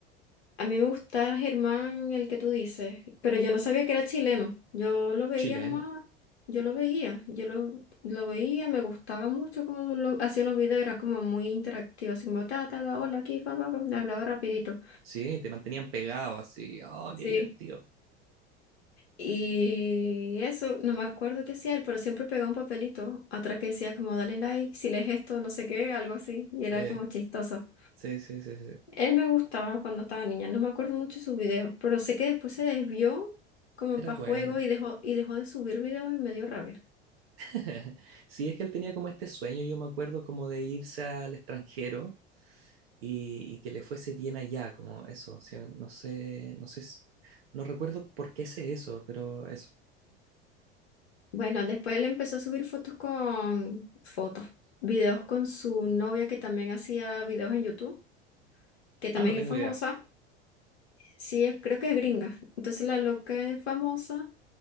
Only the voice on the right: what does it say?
Chileno.
Sí, te mantenían pegado así. Oh,
qué divertido.
Sí,
sí, sí, sí, sí.
Era
bueno.
<laughs> Sí, es que él tenía como este sueño, yo me acuerdo, como de irse al extranjero y, y que le fuese bien allá, como eso. o sea, no sé, no sé, s- no recuerdo por qué sé eso, pero eso.
Ah, no tengo
idea.